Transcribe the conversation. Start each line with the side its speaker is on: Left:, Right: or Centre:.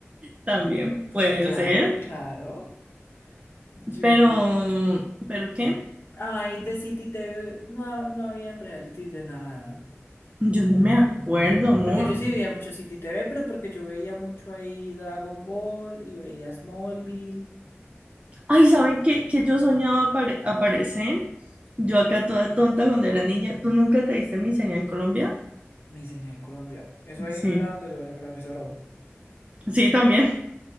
Right: También puede
Left: Ah, Claro,
Right: ser,
Left: claro. Yo.
Right: pero, ¿pero qué?
Left: Ay, de City TV no, no habían realities de nada.
Right: Yo no me acuerdo, amor.
Left: Porque yo sí veía mucho City TV, pero porque yo veía mucho ahí Dragon Ball y veía Smallville.
Right: Ay, ¿saben qué, qué yo soñaba apare- aparecer? Yo acá toda tonta cuando era niña. ¿Tú nunca te diste mi señal Colombia?
Left: Mi señal Colombia. Eso ahí
Right: Sí,
Left: no era donde lo era el profesor. O.
Right: sí, también.